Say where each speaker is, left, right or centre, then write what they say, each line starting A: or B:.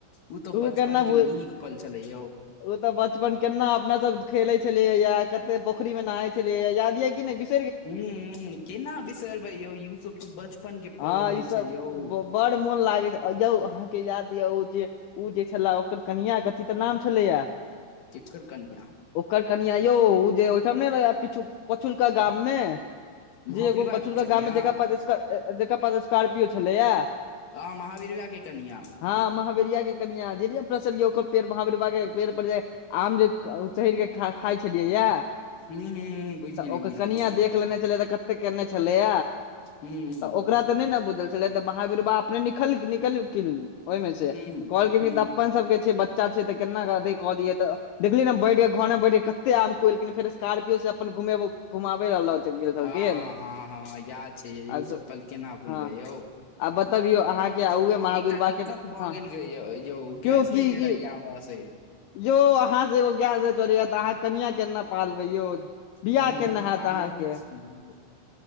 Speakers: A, on the left; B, on the left.
A: उ तऽ
B: ओ
A: बचपन
B: केना
A: के
B: भूल
A: नीक पल छेलै यौ
B: ओ तऽ बचपन केना अपना सब खेलै छेलियै या कते पोखरि मे नहाय छेलियै याद या की नैय बिस
A: हुँ केना बिसरबै यौ यु सब तऽ बचपन के
B: हँ
A: पल होइय
B: ई सब
A: छै यौ
B: ब- बड़ मोन लागैत यौ अहाँके याद या ओ जे- ओ जे छेला ओकर कनिआ क अथी तऽ नाम छेलैया
A: केकर कनिआ
B: ओकर कनिआ यौ जे ओहिठाम नै रहै या पिछु-पछुलका गाम में
A: महावीरवा
B: जे एगो पछुलका
A: के कनिया
B: गाम मे जेकरा पर जेकर पास स्कार्पियो छेलैया
A: ह महावीरवा के कनिया
B: हँ महावेरिया के कनिया जेस य ओकर पेड़ महावेर ब के पेड़ पड़ आम जे चहैर कऽ खा खाय छलियै या
A: हू हू ह बुझि
B: तऽ
A: गेलियै
B: ओकर
A: बुझि
B: कनिया
A: गेलियै
B: देख
A: बुझ
B: लेने छलियै तऽ क केने छलैय
A: हू ह
B: तऽ ओकरा
A: बुझि
B: तऽ
A: गेलियै
B: नय नऽ बुझल छलै तऽ महावीर बाबा अपने <unintelligible> ओहिमे से
A: ह ह
B: कहखिन इ तऽ अपन सब के छै बच्चा छै तऽ केना कऽ अथि कऽ दियै तऽ देखली नै बैठ कऽ घर मे बैठेक कते आम खुएलखिन फेर स्कार्पियो से अपन घुमेबो- घुमावेओ लऽ गेल छलखिन
A: हँ हँ हँ हँ याद छै यौ
B: आ
A: ओ सब पल केना भुलबै
B: हँ
A: यौ
B: आ बतबियौ अहाँकेँ उहे
A: यौ
B: महावीरवा
A: एकटा दिक्कत
B: केँ हँ
A: <unintelligible> यौ गैस
B: यौ
A: नहि
B: की
A: चढ़ैया
B: की
A: हमरा से
B: यौ अहाँ से एगो गैय नय चड़ै य तऽ अहाँ कनिया केना पालबै यौ बियाह
A: कनिया
B: केना
A: तऽ
B: हैत
A: पालै
B: अहाँके
A: ही छिय यौ